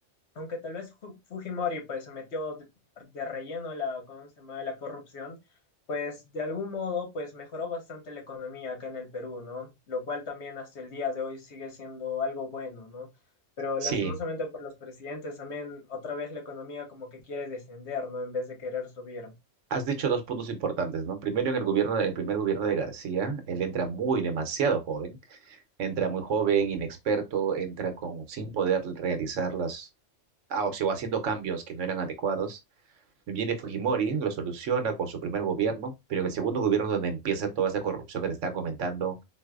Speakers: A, on the left; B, on the right.
A: aunque tal vez Ju- Fujimori pues se metió de, de relleno a la, ¿cómo se llama? a la corrupción, pues de algún modo, pues mejoró bastante la economía acá en el Perú, ¿no? Lo cual también hasta el día de hoy sigue siendo algo bueno, ¿no? Pero
B: Sí.
A: lastimosamente por los presidentes también otra vez la economía como que quiere descender, ¿no? En vez de querer subir.
B: Has dicho dos puntos importantes, ¿no? Primero, en el gobierno, en el primer gobierno de García, él entra muy demasiado joven, entra muy joven, inexperto, entra con sin poder realizar las, ah, o sea, haciendo cambios que no eran adecuados. Viene Fujimori, lo soluciona con su primer gobierno, pero en el segundo gobierno es donde empieza toda esa corrupción que te estaba comentando,